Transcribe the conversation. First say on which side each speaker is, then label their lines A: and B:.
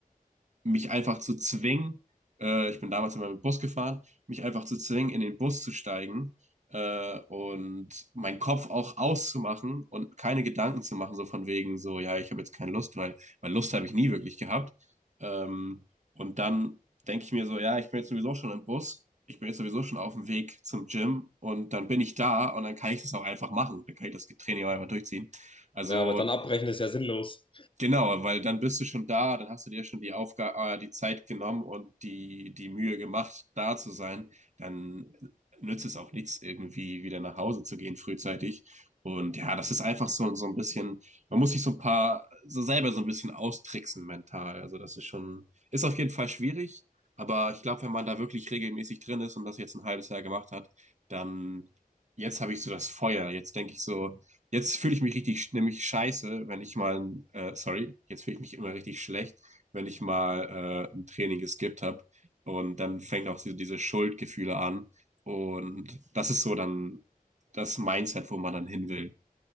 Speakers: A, on the right; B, on the left.
A: mich einfach zu zwingen, äh, ich bin damals immer mit dem Bus gefahren, mich einfach zu zwingen, in den Bus zu steigen äh, und meinen Kopf auch auszumachen und keine Gedanken zu machen, so von wegen, so, ja, ich habe jetzt keine Lust, weil, weil Lust habe ich nie wirklich gehabt. Ähm, und dann denke ich mir so, ja, ich bin jetzt sowieso schon im Bus. Ich bin jetzt sowieso schon auf dem Weg zum Gym und dann bin ich da und dann kann ich das auch einfach machen. Dann kann ich das Training auch einfach durchziehen. Also
B: Ja, aber dann abbrechen ist ja sinnlos.
A: Genau, weil dann bist du schon da, dann hast du dir schon die Aufgabe, äh, die Zeit genommen und die, die Mühe gemacht, da zu sein. Dann nützt es auch nichts, irgendwie wieder nach Hause zu gehen frühzeitig. Und ja, das ist einfach so, so ein bisschen, man muss sich so ein paar, so selber so ein bisschen austricksen mental. Also das ist schon, ist auf jeden Fall schwierig, aber ich glaube, wenn man da wirklich regelmäßig drin ist und das jetzt ein halbes Jahr gemacht hat, dann jetzt habe ich so das Feuer. Jetzt denke ich so, Jetzt fühle ich mich richtig, sch- nämlich scheiße, wenn ich mal, ein, äh, sorry, jetzt fühle ich mich immer richtig schlecht, wenn ich mal äh, ein Training geskippt habe. Und dann fängt auch diese, diese Schuldgefühle an. Und das ist so dann das Mindset, wo man dann hin will.